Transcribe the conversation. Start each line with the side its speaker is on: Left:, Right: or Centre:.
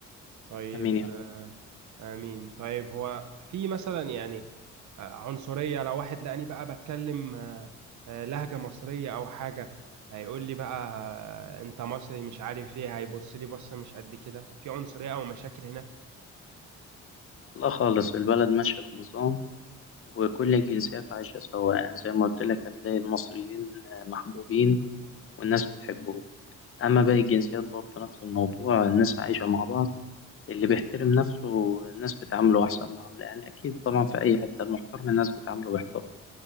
Right: طيب
Left: آمين يا رب
Right: آه، آمين طيب هو في مثلا يعني آه، عنصرية لو واحد لقاني بقى بتكلم آه، آه، لهجة مصرية أو حاجة هيقول لي بقى آه، أنت مصري مش عارف إيه هيبص لي بصة مش قد كده في عنصرية أو مشاكل هنا
Left: لا خالص البلد ماشية بنظام وكل الجنسيات عايشة سوا يعني زي ما قلت لك هتلاقي المصريين آه، محبوبين والناس بتحبهم أما باقي الجنسيات برضه نفس الموضوع الناس عايشة مع بعض اللي بيحترم نفسه الناس بتعامله أحسن معاملة يعني أكيد طبعا في أي حتة المحترم الناس بتعامله باحترام